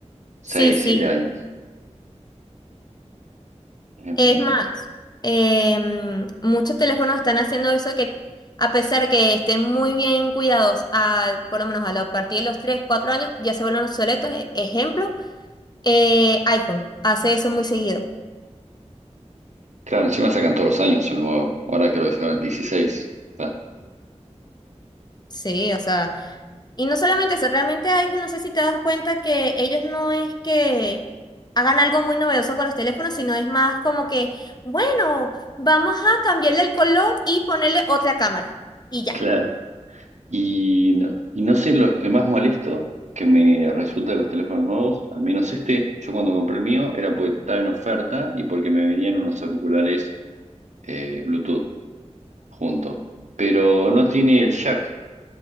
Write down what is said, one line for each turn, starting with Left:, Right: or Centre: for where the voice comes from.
Right: Seis,
Left: Sí, sí.
Right: siete años. Em,
Left: Es más, em, muchos teléfonos están haciendo eso que a pesar que estén muy bien cuidados, a, por lo menos a, la- a partir de los 3, 4 años, ya se vuelven obsoletos. E- Ejemplo, eh, iPhone hace eso muy seguido.
Right: claro, encima sacan todos los años el nuevo. Ahora creo que sacan el dieciséis Está-
Left: Sí, o sea, y no solamente eso, realmente iPhone, no sé si te das cuenta que ellos no es que hagan algo muy novedoso con los teléfonos, sino es más como que, bueno, vamos a cambiarle el color y ponerle otra cámara. Y ya.
Right: Claro. Y no, y no sé lo que más molesto que me resulta de los teléfonos nuevos, al menos este, yo cuando compré el mío era porque estaba en oferta y porque me venían unos auriculares eh, Bluetooth junto. Pero no tiene el jack,